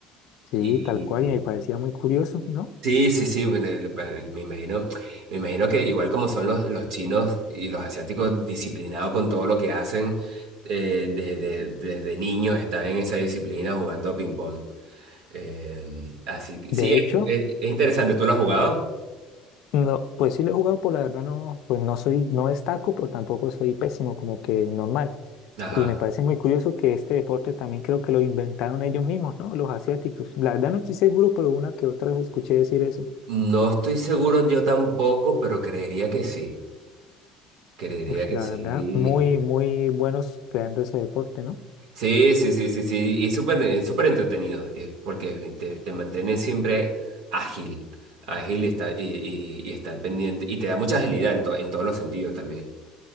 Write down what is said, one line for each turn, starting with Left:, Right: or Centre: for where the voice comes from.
Left: Sí,
Right: y
Left: tal cual, y me parecía muy curioso, ¿no?
Right: Sí, sí, sí, bueno, el- bueno, me imagino, me imagino que igual como son los, los chinos y los asiáticos disciplinados con todo lo que hacen, eh, desde, desde niños están en esa disciplina jugando ping-pong. Eh, así que
Left: De
Right: sí, es,
Left: hecho,
Right: es- es interesante, ¿tú lo has jugado?
Left: no, pues sí lo he jugado, por la verdad no, pues no soy, no destaco, pero tampoco soy pésimo, como que normal.
Right: Ajá.
Left: Y me parece muy curioso que este deporte también creo que lo inventaron ellos mismos, ¿no? Los asiáticos. La verdad no estoy seguro, pero una que otra vez escuché decir eso.
Right: No estoy seguro yo tampoco, pero creería que sí, creería
Left: Ush,
Right: que
Left: la
Right: sí.
Left: verdad, muy, muy buenos creando ese deporte, ¿no?
Right: Sí, sí, sí, sí, sí, y súper eh, súper entretenido, eh, porque te, te mantienes siempre ágil, ágil y, está, y, y, y estar pendiente, y te da mucha agilidad en, to- en todos los sentidos también.